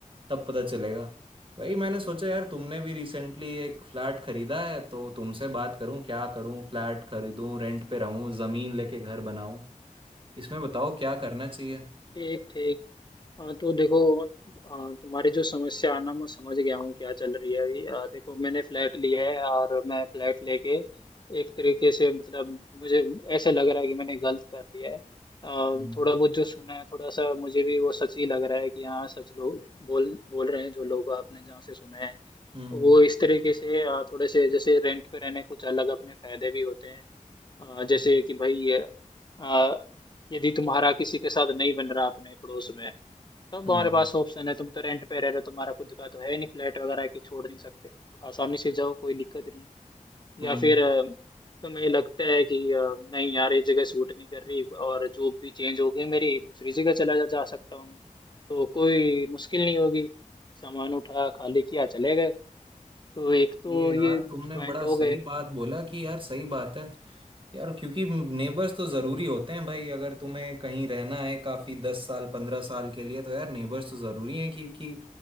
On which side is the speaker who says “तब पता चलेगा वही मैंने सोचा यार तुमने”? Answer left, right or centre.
Right